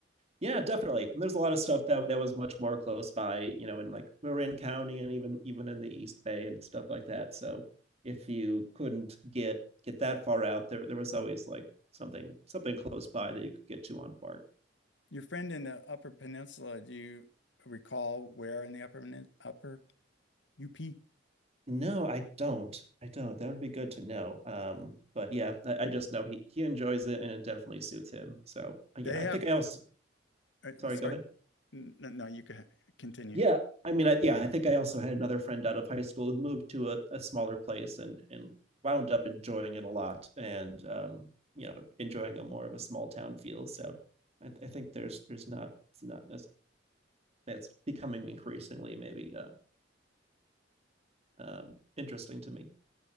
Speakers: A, on the right; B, on the left.
A: yeah definitely and there's a lot of stuff that that was much more close by you know in like marin county and even even in the east bay and stuff like that so if you couldn't get get that far out there there was always like something something close by that you could get to on BART
B: Your friend in the Upper Peninsula, do you recall where in the Upper Penin- Upper UP?
A: No, I don't. I don't. That would be good to know. Um, but yeah, I, I just know he he enjoys it and it definitely suits him. So yeah,
B: They
A: I
B: have,
A: think I also.
B: uh,
A: Sorry,
B: sorry,
A: go ahead.
B: N- no, no, you can continue.
A: Yeah, I mean, I, yeah, I think I also had another friend out of high school who moved to a, a smaller place and and wound up enjoying it a lot and um, you know, enjoying a more of a small town feel. So I, I think there's there's not it's not as that's becoming increasingly maybe uh um interesting to me.